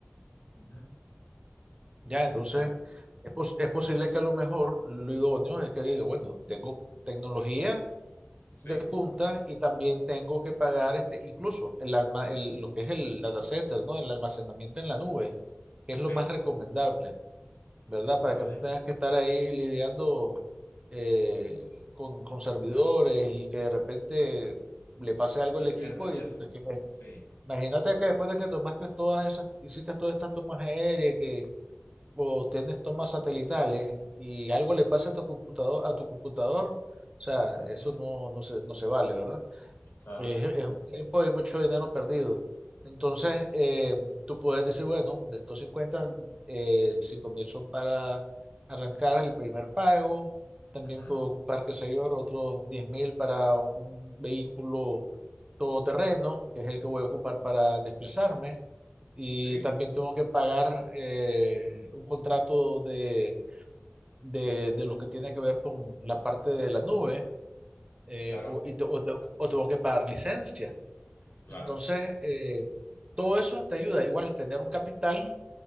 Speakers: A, on the left; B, on the right.
A: ajá,
B: Ya, entonces
A: claro,
B: es, pos- es posible que a lo mejor lo idóneo es que diga, bueno, tengo tecnología
A: sí,
B: de punta y también tengo que pagar este, incluso el alma- el- lo que es el data center, ¿no? El almacenamiento en la nube, que
A: sí,
B: es lo más recomendable, ¿verdad? Para
A: ¿vale?
B: que no tengas que estar ahí lidiando eh, con, con servidores y que de repente le pase algo
A: Se
B: al equipo
A: pierda y
B: y
A: eso,
B: tú te quedes.
A: sí,
B: Imagínate que después de que tomaste todas esas, hiciste todas estas tomas aéreas o tienes tomas satelitales y algo le pasa a tu computador, a tu computador, o sea,
A: ajá,
B: eso no, no se, no se vale, ¿verdad?
A: claro,
B: Es,
A: <laughs>
B: es un tiempo y mucho dinero perdido. Entonces,
A: sí,
B: eh, tú puedes decir, bueno, de estos 50 eh, 5 mil son para arrancar el primer pago. También
A: ajá,
B: puedo ocupar, qué sé yo, otros diez mil para un vehículo todoterreno, que es el que voy a ocupar para desplazarme y
A: sí,
B: también tengo que pagar eh, un contrato de, de, de lo que tiene que ver con la parte de la nube eh,
A: claro,
B: o, y te- o te- o tengo que pagar licencia.
A: claro,
B: Entonces, eh, todo eso te ayuda igual a tener un capital